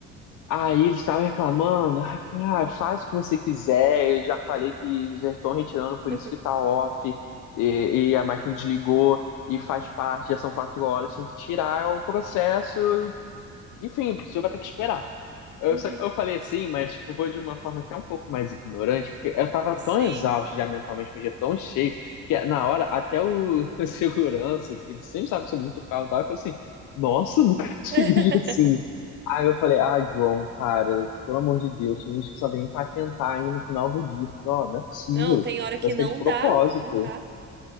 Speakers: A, on the left (about 80°); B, on the right (about 35°).
A: Aí eles estavam reclamando, Aí eu falei, ah, faz o que você quiser, eu já falei que já estão retirando, por
B: <laughs>
A: isso que tá off, e, e a máquina desligou, e faz parte, já são quatro horas, tem que tirar é o processo, e- enfim, você vai ter que esperar. Eu,
B: Uhum.
A: só- eu falei assim, mas tipo, foi de uma forma até um pouco mais ignorante, porque eu tava
B: Sim.
A: tão exausto já mentalmente, foi um dia tão cheio, que na hora até o, <laughs> segurança, que ele sempre sabe que eu sou muito carro e tal, ele falou assim, nossa, <laughs> nunca te
B: <laughs>
A: vi assim. Aí eu falei, ah, João, cara, pelo amor de Deus, tem uns que só vêm patentar ainda no final do dia. Porque, ó, não é possível.
B: Não, tem hora que
A: Parece
B: não
A: que é de propósito.
B: dá, não dá,